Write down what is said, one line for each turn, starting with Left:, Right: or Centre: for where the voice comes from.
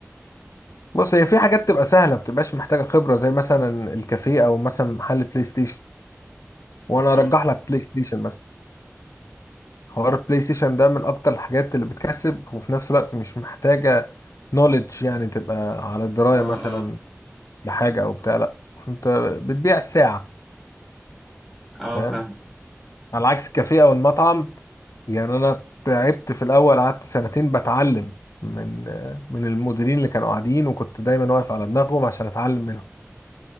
Left: بص هي في حاجات تبقى سهلة ما بتبقاش محتاجة خبرة زي مثلا الكافيه او مثلا محل بلاي ستيشن وانا
Centre: اه
Left: ارجح لك بلاي ستيشن مثلا حوار البلاي ستيشن ده من اكتر الحاجات اللي بتكسب وفي نفس الوقت مش محتاجة نوليدج يعني تبقى على دراية
Centre: اه
Left: مثلا
Centre: اه
Left: بحاجة او بتاع لا انت بتبيع الساعة
Centre: اه
Left: فاهم
Centre: فاهم
Left: على عكس الكافيه او المطعم يعني انا تعبت في الاول قعدت سنتين بتعلم من من المديرين اللي كانوا قاعدين وكنت دايما واقف على دماغهم عشان اتعلم منهم